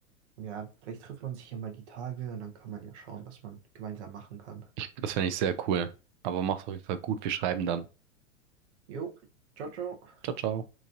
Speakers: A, on the right (about 60°); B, on the right (about 40°).
A: ja, vielleicht trifft man sich ja mal die Tage und dann kann man ja schauen, was man gemeinsam machen kann.
B: Das fände ich sehr cool. Aber mach's auf jeden Fall gut. Wir schreiben dann.
A: Jo, ciao, ciao.
B: Ciao, ciao.